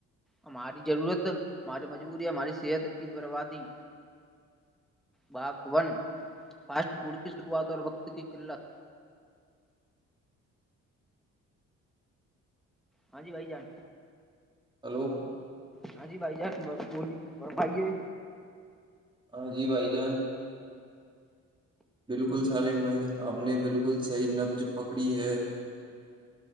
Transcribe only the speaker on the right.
ہلو
ہاں جی بھائی جان بالکل سالم بھائی آپ نے بالکل صحیح نبز پکڑی ہے